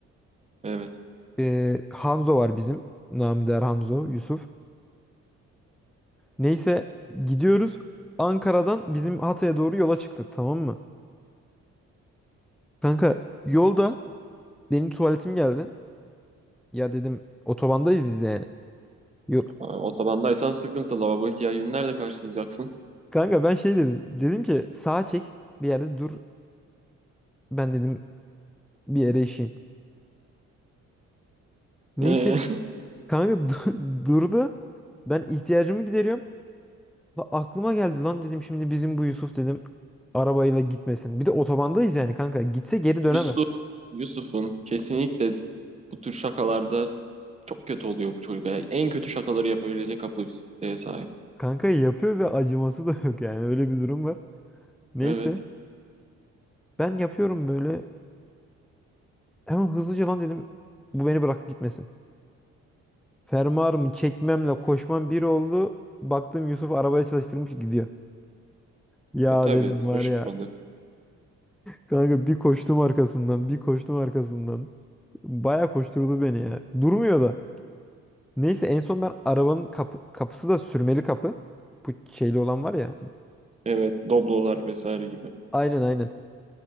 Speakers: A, on the right; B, in the centre.
A: Evet.
B: Ee, Hanzo var bizim. Namı değer Hanzo. Yusuf. Neyse gidiyoruz. Ankara'dan bizim Hatay'a doğru yola çıktık tamam mı? Kanka yolda benim tuvaletim geldi. Ya dedim otobandayız biz de yani. Yok.
A: Aa, Otobandaysan sıkıntı. Lavabo ihtiyacını nerede karşılayacaksın?
B: Kanka ben şey dedim. Dedim ki sağa çek bir yerde dur Ben dedim bir yere işeyim. Neyse
A: Ee,
B: kanka du- <laughs> durdu. Ben ihtiyacımı gideriyorum. La aklıma geldi lan dedim şimdi bizim bu Yusuf dedim arabayla gitmesin. Bir de otobandayız yani kanka. Gitse
A: <laughs>
B: geri dönemez.
A: Yusuf. Yusuf'un kesinlikle bu tür şakalarda çok kötü oluyor bu çocuk. Yani en kötü şakaları yapabilecek kapasiteye sahip.
B: Kanka yapıyor ve acıması da <laughs> yok yani öyle bir durum var. Neyse
A: Evet.
B: ben yapıyorum böyle hemen hızlıca lan dedim bu beni bırakıp gitmesin. Fermuarımı çekmemle koşmam bir oldu. Baktım Yusuf arabaya çalıştırmış gidiyor. Ya
A: E tabii.
B: dedim var
A: Şaşırtmadı.
B: ya Kanka bir koştum arkasından, bir koştum arkasından. Baya koşturdu beni ya. Durmuyor da. Neyse en son ben arabanın kapı, kapısı da sürmeli kapı. Bu şeyli olan var ya.
A: Evet. Doblolar vesaire gibi.
B: Aynen aynen.